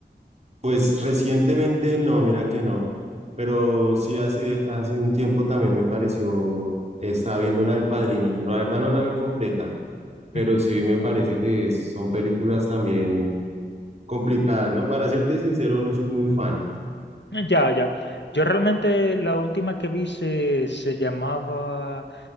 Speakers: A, on the right (about 35°); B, on the left (about 75°).
A: Pues recientemente no, mira que no. Pero sí hace, hace un tiempo también me pareció, estaba viendo la del Padrino. La verdad no la vi completa, pero
B: Mm.
A: sí me parece que es- son películas también complicada, ¿no? Para serte sincero, no soy muy fan.
B: Ya, ya. Yo realmente la última que vi se, se llamaba